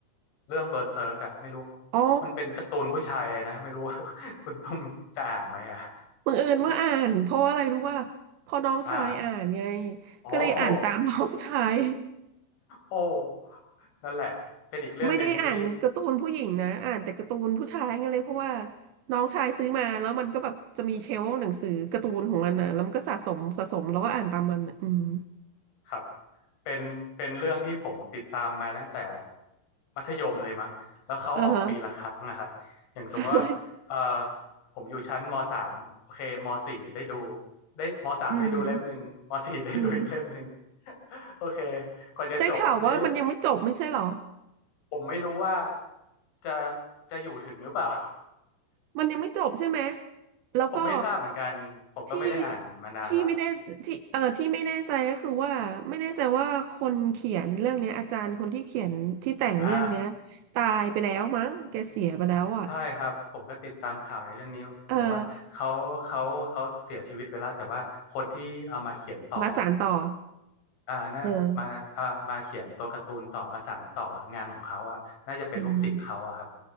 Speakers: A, on the left; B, on the right.
A: เรื่องเบอร์เซิร์กอะไม่รู้
B: อ๋อ
A: มันเป็นการ์ตูนผู้ชายนะไม่รู้ว่า <laughs> คุณตุ้มจะอ่านไหมอะ
B: บังเอิญว่าอ่านเพราะว่าอะไรรู้ว่าพอน้องชายอ่านไง
A: <laughs> อ่าโอ้โห
B: ก็เลยอ่านตามน้องชาย
A: โอ้นั่นแหละเป็นอีกเรื่องหนึ่งที่
B: ไม่ได้อ่านการ์ตูนผู้หญิงนะอ่านแต่การ์ตูนผู้ชายไงเลยเพราะว่าน้องชายซื้อมาแล้วมันก็แบบจะมีเชลฟ์หนังสือการ์ตูนของมันนะแล้วมันก็สะสมสะสมแล้วก็อ่านตามมันน่ะอืม
A: ครับเป็นเป็นเรื่องที่ผมติดตามมาตั้งแต่มัธยมเลยมั้งแล้วเขาออกปีละครั้งนะครับอย่างสมมติว่าเออ
B: อ่าฮะ <laughs> ใช่
A: ผมอยู่ชั้นมสามโอเคมสี่ได้ดูได้มสามได้ดูเล่มหนึ่งมสี่ได้ดูอีกเล่มหนึ่ง
B: อืมอืม
A: <laughs> โอเคกว่าจะจบนี้
B: ได้ข่าวว่ามันยังไม่จบไม่ใช่เหรอ
A: ผมไม่รู้ว่าจะจะอยู่ถึงหรือเปล่า
B: มันยังไม่จบใช่ไหม
A: <laughs>
B: แล้วก็
A: ผมไม่ทราบเหมือนกันผมก็ไม่ได้อ่านมานานละ
B: ที่พี่ไม่ได้ที่เอ่อที่ไม่แน่ใจก็คือว่าไม่แน่ใจว่าคนเขียนเรื่องเนี้ยอาจารย์คนที่เขียนที่แต่งเรื่องเนี้ย
A: อ่า
B: ตายไปแล้วมั้งแกเสียไปแล้วอ่ะ
A: ใช่ครับผมก็ติดตามข่าวในเรื่องนี้บอกว่าเขาเขาเขาเสียชีวิตไปแล้วแต่ว่าคนที่เอามาเขียนต่ออ่ะ
B: เออมาสานต่อ
A: อ่าน่ามาอ่ามาเขียนตัวการ์ตูนต่อมาสานต่องานของเขาอ่ะน่าจะเป็นลูกศิษย์เขาอ่ะครับ
B: เอออืม